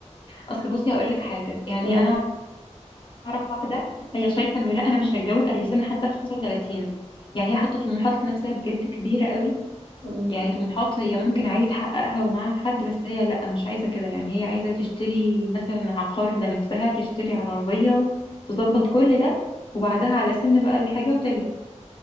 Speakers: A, on the left; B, on the left.
A: اصل بصي هقول لك حاجة يعني
B: مم.
A: انا اعرف واحدة هي شايفة انه لا انا مش هتجوز قبل سن حتى ال 35 يعني هي حاطة طموحات لنفسها بجد كبيرة قوي
B: مم.
A: يعني طموحات هي ممكن عادي تحققها ومعاها حد بس هي لأ مش عايزة كده يعني هي عايزة تشتري مثلا عقار لنفسها تشتري عربية تظبط
B: مم.
A: كل ده وبعدها على سن بقى الحاجة وتلاتين